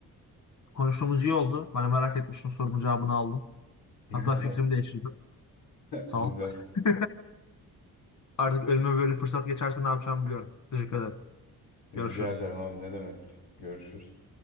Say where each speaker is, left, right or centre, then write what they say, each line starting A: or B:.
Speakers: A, on the left (about 50°); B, on the left (about 80°).
A: konuştuğumuz iyi oldu. Ben merak etmiştim sorumun cevabını aldım.
B: <laughs>
A: Hatta fikrimi değiştirdim. Sağ
B: Güzel.
A: ol. <laughs> Artık ölüme böyle fırsat geçerse ne yapacağımı biliyorum. Teşekkür ederim.
B: Rica
A: Görüşürüz.
B: ederim abi ne demek. Görüşürüz.